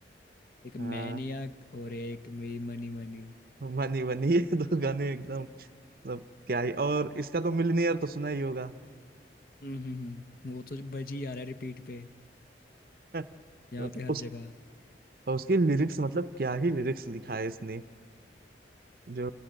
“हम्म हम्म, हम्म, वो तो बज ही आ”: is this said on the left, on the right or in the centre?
Left